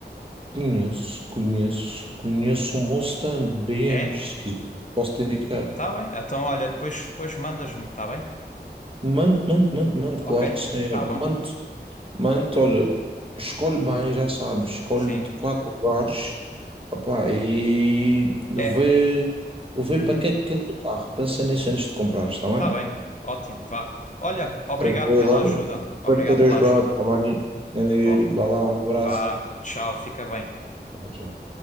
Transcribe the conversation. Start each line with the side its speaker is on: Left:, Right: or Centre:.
Right: Conheço, conheço, conheço um bom stand, BMs,
Left: É?
Right: se quiser, posso te indicar.
Left: Tá bem. Então olha, depois, depois mandas-me, tá bem?
Right: Mante, mante, mante, mante,
Left: Ok,
Right: claro que sim. olha,
Left: tá bom.
Right: Mante, mante, olha, escolhe bem, já sabes, escolhe
Left: Sim.
Right: de quatro lugares, opá, e vê,
Left: É.
Right: vê
Left: Uhum.
Right: para que é que queres o carro, pensa nisso antes de comprar, está bem?
Left: Tá bem. Ótimo, vá. Olha, obrigado
Right: Tranquilo,
Left: pela
Right: olha,
Left: ajuda.
Right: espero
Left: Obrigado
Right: ter ajudado,
Left: pela ajuda.
Right: está bem? Grande
Left: Bom.
Right: Yuri, vá lá, um abraço.
Left: Vá, tchau, fica bem.
Right: Tchau, tchau.